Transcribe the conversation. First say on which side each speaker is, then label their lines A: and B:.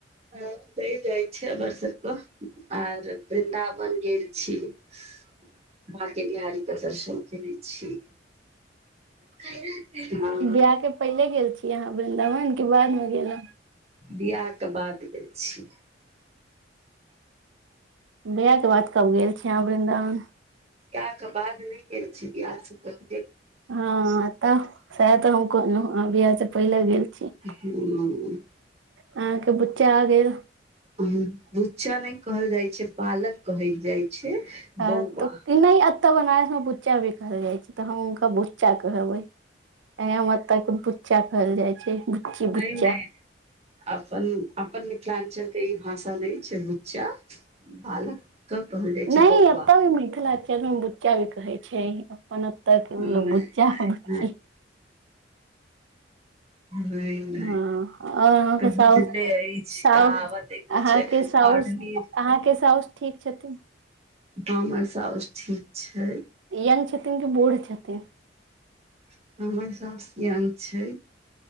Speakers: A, on the right; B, on the right.
A: ह रहि जाइ छी हमर सबके आर वृन्दावन गेल छी <inaudible> बांके बिहारीबिहारीे दर्शन केने छी <unintelligible>
B: बियाह के पहिले गेल छी अहाँ वृन्दावन के बाद मे गेलहुं
A: बियाह क बाद गेल छी
B: बियाह क बाद कब गेल छी अहाँ वृन्दावन
A: बियाह बाद नहि क छी बियाह स पहिने
B: हँ ऐत सेह तऽ हम कहलु आहाँ बियाह से पहिले गेल छी
A: <unintelligible>
B: अहाँके बुच्चा आ गेल
A: बुच्चा नहि कहल जाइ छै बालक कहल जाइ छै
B: आ
A: बौआ
B: तऽ नहि एतऽ बनारस मे बुच्चा भी कहल जाइ छै तऽ हम हुनका बुच्चा कहबै हम एत के बुच्चा कहल जाय छै बुच्ची
A: नाए
B: बुच्चा
A: नाए अपन अपन मिथिलांचल ई भाषा नहि छै बुच्चा बालक के कहल जाइ छै
B: नहि
A: बौआ
B: एत भी मिथिला अक्षर बुच्चा भी कहै छै अपन ओतह क
A: नहि
B: वह लोग बुच्चा
A: नहि
B: बुच्ची
A: नहि
B: <inaudible>
A: नहि नहि
B: हँ और अहाँके साउस
A: बुझले अछि
B: साउ
A: कहावत एगो
B: अहाँके
A: छै
B: साउस
A: ओढ़नी
B: अहाँके साउस ठीक छथिन
A: हँ हमर सउस ठीक छै
B: यंग छथिन कि बूढ़ छथिन
A: <inaudible> हमर साउस यंग छै